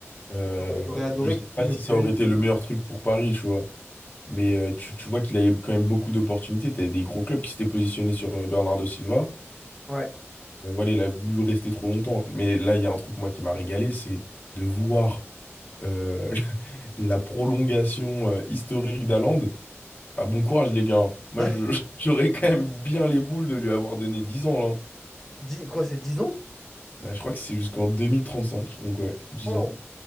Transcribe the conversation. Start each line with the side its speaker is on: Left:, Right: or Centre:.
Left: Euh,
Centre: j'aurais j'aurais adoré
Left: je sais
Centre: qu'il
Left: pas
Centre: signe
Left: si
Centre: au PSG.
Left: ça aurait été le meilleur truc pour Paris, tu vois. Mais euh, tu, tu vois qu'il avait quand même beaucoup d'opportunités. T'avais des gros clubs qui s'étaient positionnés sur euh, Bernardo Silva.
Centre: Ouais.
Left: Euh, voilà, il a voulu rester trop longtemps. Mais là, il y a un truc, moi, qui m'a régalé, c'est de voir euh, <laughs> la prolongation euh, historique d'Haaland. Ah, bon courage, les gars. hein. Moi,
Centre: <laughs>
Left: je- <laughs> j'aurais quand même bien les boules de lui avoir donné 10 ans, là.
Centre: Dix- quoi, c'est 10 ans?
Left: Bah, je crois que c'est jusqu'en 2035, donc ouais, 10
Centre: Wow.
Left: ans.